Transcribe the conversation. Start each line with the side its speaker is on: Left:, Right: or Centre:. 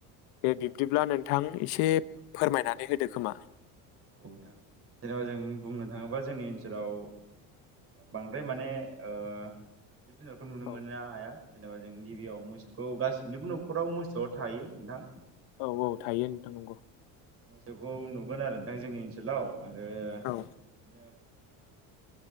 Left: दे बिब्दिब्ला नोंथां एसे फोरमायनानै होदो खोमा।
Right: औ नोंथां जेनेबा जों बुंनो थाङोबा जोंनि ओनसोलाव बांद्राय माने जिब जुनारखौ नुनो
Left: औ
Right: मोननो हाया जेनेबा जों गिबियाव मोसौखौ गासिबनिबो न'खराव मोसौआ थायो नोंथां जेनेबा
Left: औ औ
Right: जों
Left: थायो नोंथां नंगो
Right: मोसौखौ नुगोन आरो नोंथां जोंनि ओन सोलाव आरोे बिदिनो
Left: औ